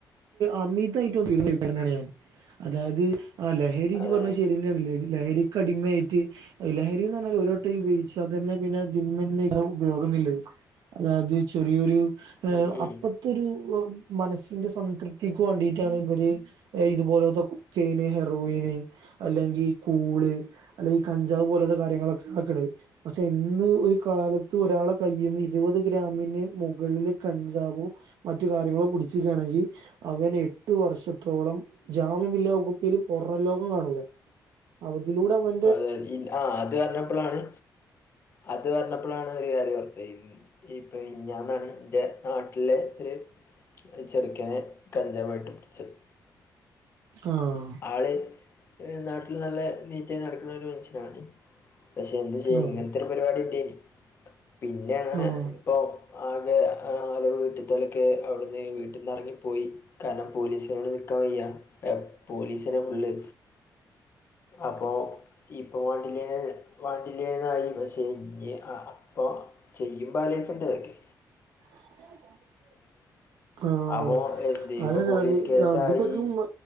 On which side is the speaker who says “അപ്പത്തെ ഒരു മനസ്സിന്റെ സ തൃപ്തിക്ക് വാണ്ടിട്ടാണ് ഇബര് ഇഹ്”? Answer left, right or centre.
Right